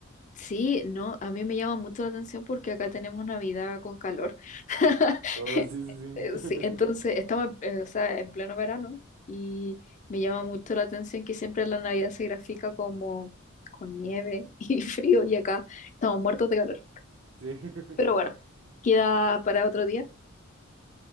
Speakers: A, on the left; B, on the right.
A: Sí, no, a mí me llama mucho la atención porque acá tenemos Navidad con calor. <laughs>
B: Oh, sí, sí,
A: Eh,
B: sí.
A: Sí, entonces
B: <laughs>
A: estamos, eh, o sea, en pleno verano y me llama mucho la atención que siempre la Navidad se grafica como con nieve <laughs> y frío y acá estamos muertos de calor.
B: Sí. <laughs>
A: Pero bueno,
B: Va,
A: queda para otro día.